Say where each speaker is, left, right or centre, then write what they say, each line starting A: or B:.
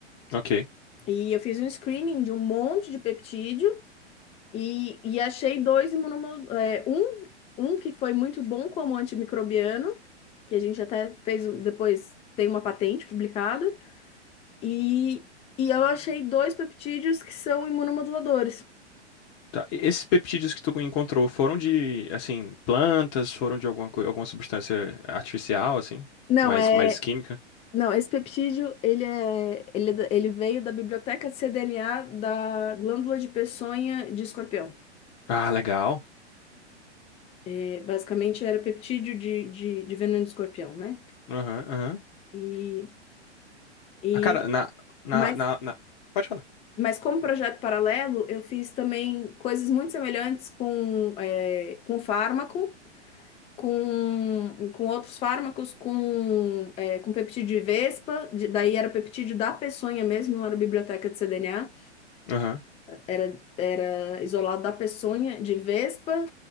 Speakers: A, on the left; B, on the left.
A: Ok.
B: E eu fiz um screening de um monte de peptídeo e, e achei dois imunomoduladores, um, um que foi muito bom como antimicrobiano, que a gente até fez um- depois, tem uma patente publicada, e, e eu achei dois peptídeos que são imunomoduladores.
A: Tá. E esses peptídeos que tu encontrou foram de, assim, plantas, foram de alguma, coi- alguma substância artificial, assim?
B: Não,
A: Mais,
B: é
A: mais química?
B: Não, esse peptídeo, ele é, ele, é da- ele veio da biblioteca de cDNA da glândula de peçonha de escorpião.
A: Ah, legal.
B: E, basicamente era peptídeo de, de, de veneno de escorpião, né?
A: Aham, aham.
B: E, e
A: Ah, Cara, na, na,
B: mas,
A: na, na- Pode falar.
B: mas como projeto paralelo, eu fiz também coisas muito semelhantes com, é, com fármaco, com, com outros fármacos, com, é, com peptídeo de vespa, de- daí era peptídeo da peçonha mesmo, não era biblioteca de cDNA.
A: Aham.
B: Era, era isolado da peçonha de vespa.